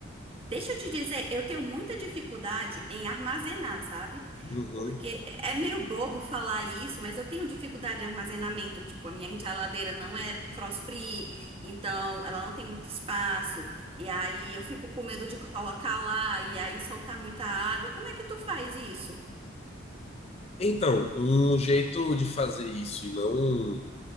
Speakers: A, on the right (about 30°); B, on the left (about 30°).
A: Deixa eu te dizer, eu tenho muita dificuldade em armazenar, sabe?
B: Uhum.
A: Porque é meio bobo falar isso, mas eu tenho dificuldade de armazenamento. Tipo, a minha geladeira não é frost free, então ela não tem muito espaço. E aí eu fico com medo de colocar lá e aí soltar muita água. Como é que tu faz isso?
B: Então, um jeito de fazer isso e não